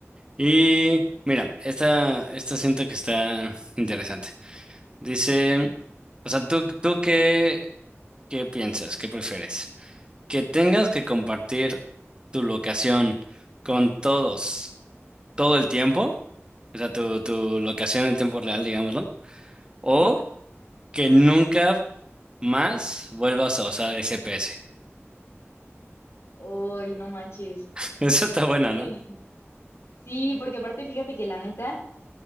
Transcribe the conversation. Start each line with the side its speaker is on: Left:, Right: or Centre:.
Right: Y
Left: Sí.
Right: mira, esta, esta siento que está interesante. Dice, o sea, ¿tú, tú qué, qué piensas? ¿Qué prefieres? ¿Que tengas que compartir tu locación con todos todo el tiempo? O sea, tu, tu locación en tiempo real, digámoslo. O
Left: Ujú.
Right: que nunca más vuelvas a usar el GPS.
Left: Uy, no manches.
Right: <laughs> Eso está
Left: Es
Right: buena,
Left: que
Right: ¿no?
Left: sí, porque aparte fíjate que la neta,